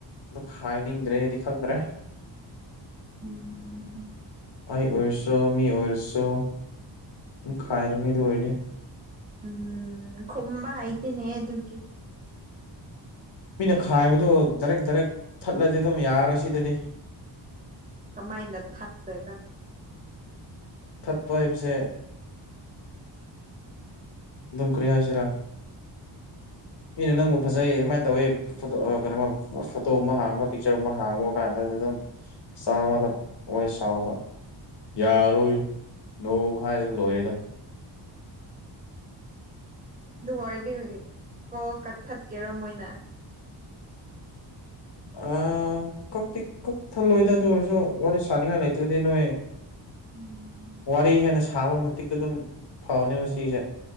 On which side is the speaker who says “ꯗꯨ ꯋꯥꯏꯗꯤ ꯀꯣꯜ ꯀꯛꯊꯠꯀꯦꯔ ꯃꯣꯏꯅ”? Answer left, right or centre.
Right